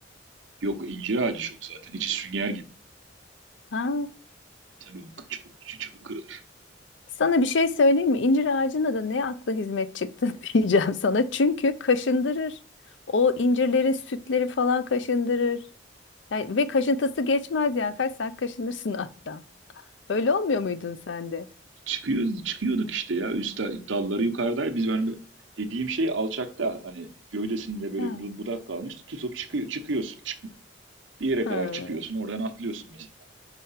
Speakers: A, on the right; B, on the left.
A: yok incir ağacı çok zaten. İçi sünger gibi.
B: Ha.
A: Tabii o çok, çok çabuk kırılır.
B: Sana bir şey söyleyeyim mi? İncir ağacına da ne akla hizmet çıktı <laughs> diyeceğim sana. Çünkü kaşındırır. O incirlerin sütleri falan kaşındırır. Yani, ve kaşıntısı geçmez yani. Kaç saat kaşınırsın hatta. Öyle olmuyor muydun sen de?
A: Çıkıyoruz, çıkıyorduk işte ya. Üst dalları yukarıdaydı. Biz benim dediğim şey alçakta hani gövdesinde böyle
B: Ha.
A: bir budak kalmış. Tutup çıkıyor, çıkıyorsun. Çık, bir yere
B: Ha.
A: kadar çıkıyorsun. Oradan atlıyorsun mesela.